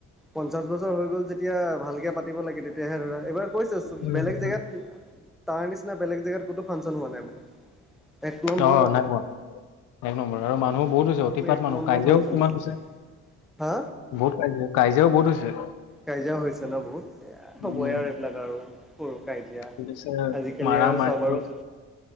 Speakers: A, in the centre; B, on the left.
A: পঞ্চাশ বছৰ হৈ গ'ল যেতিয়া ভালকে পাতিব লাগে তেতিয়াহে ধৰা এইবাৰ কৈছোঁচোন
B: উম,
A: বেলেগ জেগাত
B: উম।
A: তাৰ নিচিনা বেলেগ জেগাত কোনো ফাংচন হোৱা নাই বোলে। এক নম্বৰ
B: অ,
A: বোলে।
B: নাই কমা। এক নম্বৰ আৰু মানুহো বহুত হৈছে
A: পুৰা
B: অতিপাত
A: পুৰি এক
B: মানুহ
A: নম্বৰ
B: কাইজিয়াও
A: ফাংচন
B: কিমান হৈছে।
A: বোলে হা
B: বহুত কাজিয়া কাইজাও বহুত হৈছে।
A: কাজিয়াও হৈছে ন' বহুত এ আৰ
B: উম।
A: হ'বই আৰু এইবিলাক আৰু সৰু কাজিয়া।
B: পুলিচে
A: আজিকালি
B: মাৰা-মাৰি
A: আৰু চব
B: কৰিছে।
A: আৰু